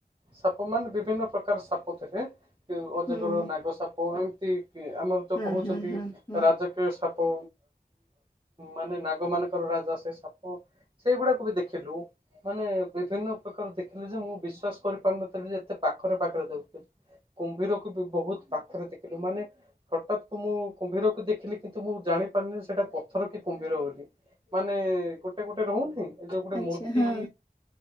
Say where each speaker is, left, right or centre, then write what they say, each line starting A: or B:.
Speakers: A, on the right (about 30°); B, on the left (about 25°).
A: ସାପ ମାନ ବିଭିନ୍ନ ପ୍ରକାର ସାପ ଥିଲେ। ଅଜଗର,
B: ହୁଁ ହୁଁ
A: ନାଗ ସାପ, ଏମିତି କି ଆମର ଯୋଉ
B: ହଁ
A: କହୁଛନ୍ତି
B: ହଁ ହଁ
A: ହି
B: ହଁ
A: ରାଜ ସାପ ମାନେ ନାଗ ମାନଙ୍କର ରାଜା ସେ ସାପ। ସେଇଗୁଡାକୁ ବି ଦେଖିଲୁ। ମାନେ ବିଭିନ୍ନ ପ୍ରକାର ଦେଖିଲି ଯେ, ମୁଁ ବିଶ୍ଵାସ କରିପାରୁନଥିଲି ଯେ ଏତେ ପାଖରେ ପାଖରେ ଦେଖୁଥିଲି। କୁମ୍ଭୀରକୁ ବି ବହୁତ ପାଖରେ ଦେଖିଲୁ ମାନେ ହଠାତ୍ କୁ ମୁଁ କୁମ୍ଭୀରକୁ ଦେଖିଲି କିନ୍ତୁ ମୁଁ ଜାଣିପାରିନି ସେଇଟା ପଥର କି କୁମ୍ଭୀର ବୋଲି। ମାନେ ଗୋଟେ ଗୋଟେ ରହୁନହିଁ ଏ ଯୋଉ ଗୋଟେ
B: ଆଚ୍ଛା
A: ମୂର୍ତ୍ତି।
B: ହଁ